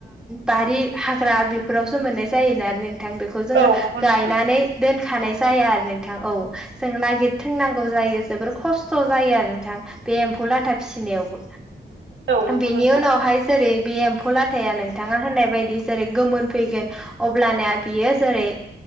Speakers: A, in the centre; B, on the right.
A: बारि हाग्रा बेफोरावसो मोननाय जायोना आरो नोंथां बेखौ जों
B: औ नंगौ
A: गायनानै
B: नोंथां
A: दोनखानाय जाया आरो नोंथां औ जों नागिर थिंनांगौ जायो जोबोर खस्थ' जायो आरो नोंथां बे एम्फौ लाथा फिसिनायावबो
B: औ नंगौ
A: बिनि
B: नोंथां
A: उनावहाय जेरै बे एम्फौ लाथाया नोंथाङा होननाय बायदि जेरै गोमोन फैगोन अब्लाना बियो जेरै